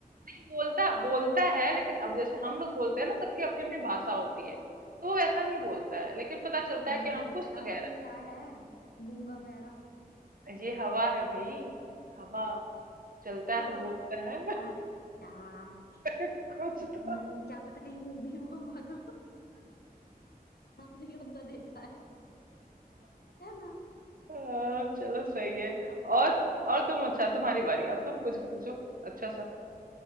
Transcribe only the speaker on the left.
नहीं
पता
यार
ये क्या है गूंगा बहरा
हवा
अरे यार
हम्म
क्या पता कहीं मूवी हो हवा का <laughs> हमने कौन सा देखा है है ना